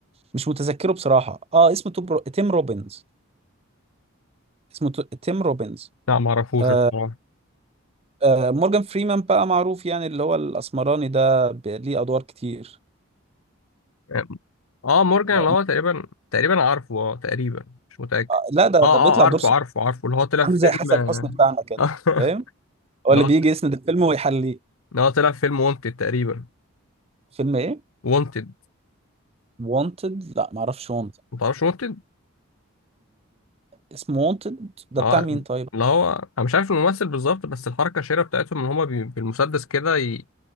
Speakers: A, on the right; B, on the left.
A: مش متذكره بصراحة اه اسمه توب تيم روبنز اسمه تو- تيم روبنز
B: لا ما اعرفوش
A: آه
B: الصراحة
A: آه مورجان فريمان بقى معروف يعني اللي هو الأسمراني ده ب- ليه أدوار كتير
B: اه آه، مورجان
A: لا
B: اللي هو
A: م-
B: تقريبا تقريبا عارفه اه تقريبا مش متأكد
A: آه، لا، ده
B: اه
A: ده بيطلع
B: اه عارفه
A: دور
B: عارفه عارفه اللي هو طلع
A: عامل
B: في
A: زي
B: فيلم
A: حسن حسني بتاعنا كده
B: <laughs>
A: فاهم
B: اللي
A: هو اللي
B: هو
A: بيجي يسند الفيلم ويحليه
B: اللي هو طلع في فيلم وونتد تقريبا
A: فيلم ايه
B: وونتد
A: وانتد لا ما اعرفش وانتد
B: ما تعرفش وونتد
A: اسمه وانتد ده
B: اه
A: بتاع مين طيب
B: اللي هو انا مش عارف الممثل بالظبط بس الحركه الشهيره بتاعتهم ان هما بي- بالمسدس كده ي-